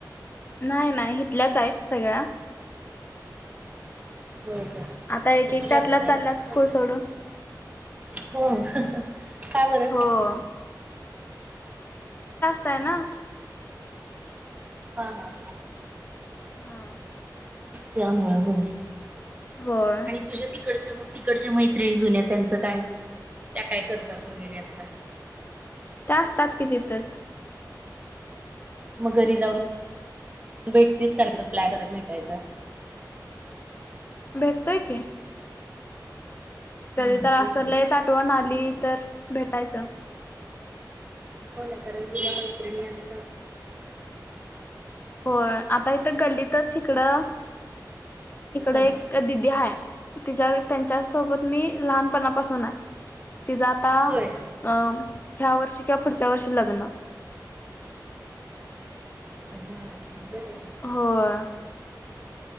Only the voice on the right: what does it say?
होय का
मग
तुझ्याकडची
इकडची
हो का बरं
ह का
त्यामुळ होय
आणि तुझ्या त तिकड मग तिकडच्या मैत्रिणी जुन्या त्यांचं काय त्या काय करतात वगैरे आता
मग घरी जाऊन भेटतीस का प्लॅकर भेटायचा
हम्म
तेच की.
हो ना तरंजीला मैत्रिणी असत
ह
होय
ह बर